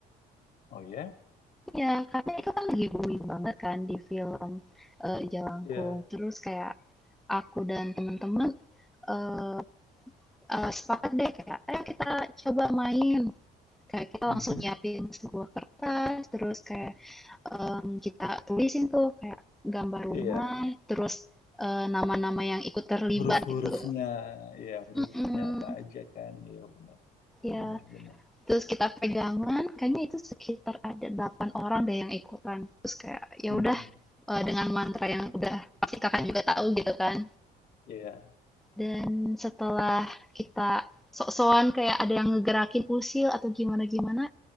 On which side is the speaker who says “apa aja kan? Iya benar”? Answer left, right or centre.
Left